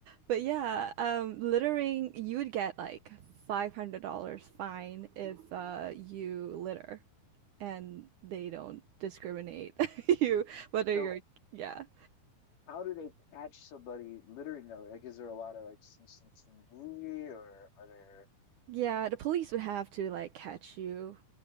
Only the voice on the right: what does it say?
But yeah, um, littering, you would get like $500 fine if uh, you litter, and they don't discriminate <laughs> you whether
you're, yeah.
Yeah, the police would have to like catch you